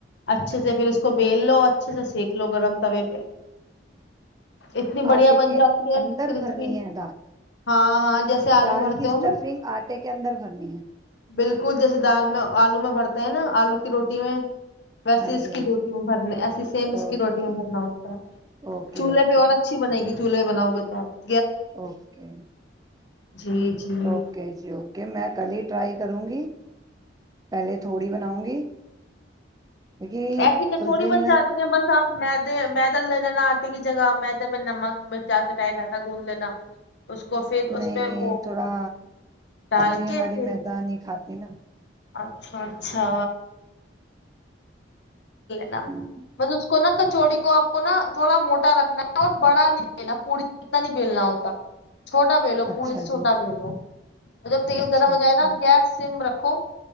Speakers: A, on the left; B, on the right.
A: اچھے سے پھر اس کو بیل لو اچھے سے سک لو گرم توے پہ اتنی بڑھیا
B: آٹے
A: بن
B: کے
A: جاتی ہے
B: اندر
A: کرسپی
B: بھرنی ہے دال
A: ہاں ہاں جیسے آلو
B: دال
A: بھرتے
B: کی اسٹفنگ
A: ہو نا
B: آٹے کے اندر بھرنی ہے
A: بالکل جیسے دال آلو میں بھرتے ہیں نا آلو کی روٹی میں ویسے
B: ہاں
A: اس
B: جی
A: کی
B: ہاں
A: روٹی
B: جی
A: میں بھرنے ایسے سیم اس
B: اوکے
A: کی روٹی میں بھرنا ہوتا ہے
B: اوکے
A: چولہے
B: اوکے
A: پہ اور اچھی بنے گی چلے بناؤ کے
B: اوکے
A: جی جی
B: اوکے جی اوکے میں کل ہی ٹرائی کروں گی پہلے تھوڑی بناؤں گی کیونکہ
A: ایسی کچوڑی
B: اس دن
A: بن جاتی ہیں بس آپ میدے میدا لے لینا آٹے کی جگہ میں تو میں نمک بچا کٹیا ڈٹا گھند لینا اس کو پھر اس
B: نہیں
A: میں وہ
B: تھوڑا
A: ڈال
B: امی
A: کے
B: ہماری
A: پھر
B: میدانی ہی کھاتی ا ن
A: اچھا اچھا نا
B: ہوں۔
A: بس اس کو نہ ک چوڑی کو آپ کو نا تھوڑا موٹا رکھنا ہے اور بڑا نہیں بینا پڑی سے اتنا نہیں بیلنا ہوتا چھوٹا بلو
B: اچھا
A: پووری چھوٹا
B: جی
A: بلو اور جب تیل
B: اچھا
A: گرم ہو
B: اچھا
A: جائے نا گیس سم رکھ و